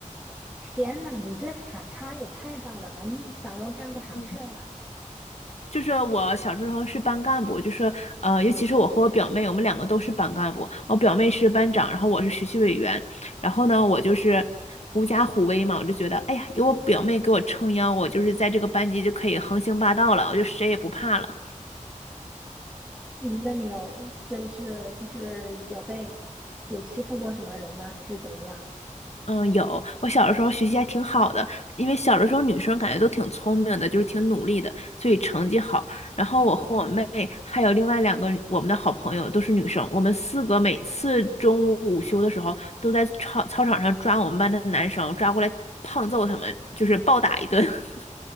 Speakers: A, in the centre; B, on the left.
A: 天呐，你这反差也太大了吧！你小时候干过啥事儿呀？
B: <laughs> 嗯，就是我小时候是班干部，就是呃，尤其是我和我表妹，我们两个都是班干部。我表妹是班长，然后我是学习委员。然后呢，我就是狐假虎威嘛，我就觉得，哎呀，有我表妹给我撑腰，我就是在这个班级就可以横行霸道了，我就谁也不怕了。
A: 嗯那你有就是就是有被有欺负过什么人吗？还是怎么样？
B: 嗯，有，我小的时候学习还挺好的，因为小的时候女生感觉都挺聪明的，就是挺努力的，所以成绩好。然后我和我妹还有另外两个我们的好朋友都是女生，我们四个每次中午午休的时候都在操操场上抓我们班的男生，抓过来胖揍他们，就是暴打一顿。<laughs>